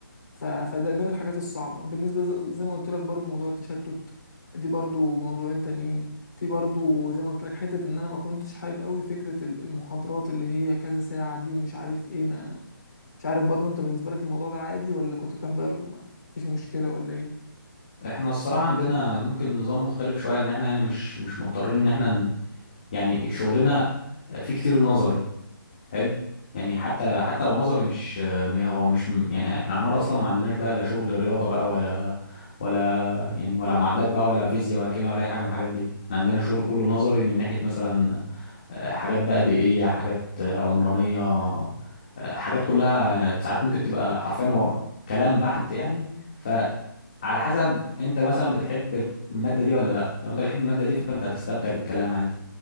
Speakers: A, on the left; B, on the left.
A: ف- فده ده من الحاجات الصعبه بالنسبه ز- زي ما قلت لك برضو موضوع التشتت دي برضو موضوعين تانيين في برضو زي ما قلت لك حته ان انا ما كنتش حابب قوي فكره ال- المحاضرات اللي هي كذا ساعه دي ومش عارف ايه ما مش عارف برضو انت بالنسبه لك الموضوع ده عادي ولا كنت بتحضر ما فيش مشكله ولا ايه
B: احنا الصراحه عندنا ممكن نظام مختلف شويه لان احنا يعني مش مش مضطرين ان احنا ن- يعني شغلنا فيه كتير نظري حلو يعني حتى حتى لو نظري مش م- هو مش يعني احنا عمارة اصلا ما عندناش بقى لا شغل رياضة بقى ولا ولا يعني ولا معادلات بقى ولا فيزياء ولا كيمياء ولا اي حاجة من الحاجات دي احنا عندنا الشغل كله نظري من ناحية مثلا آه، حاجات بقى بيئية حاجات آه، عمرانية آه، حاجات كلها ساعات ممكن تبقى حرفيا و- كلام بحت يعني فعلى حسب انت مثلا بتحب المادة دي ولا لا لو انت بتحب المادة دي فانت هتستمتع بالكلام عادي